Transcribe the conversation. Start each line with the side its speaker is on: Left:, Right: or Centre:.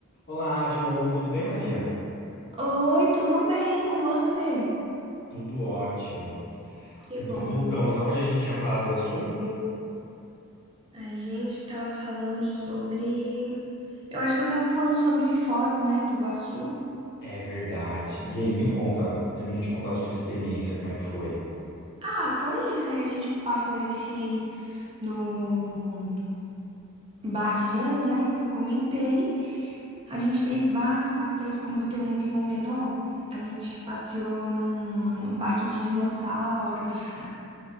Left: Olá de novo, tudo bem, Maria?
Right: Oi, tudo bem com você?
Left: Tudo ótimo.
Right: Que
Left: Então
Right: bom.
Left: voltamos aonde a gente tinha parado o assunto?
Right: A gente tava falando sobre. Eu acho que eu tava falando sobre Foz, né, do Iguaçu.
Left: É verdade. E aí, me conta, termina de contar a sua experiência, como é que foi?
Right: Ah, foi isso. Aí a gente passou nesse. no bar de gelo, né, que eu comentei. A gente fez vários passeios, como eu tenho um irmão menor. A gente passeou num, num parque de dinossauros. <laughs>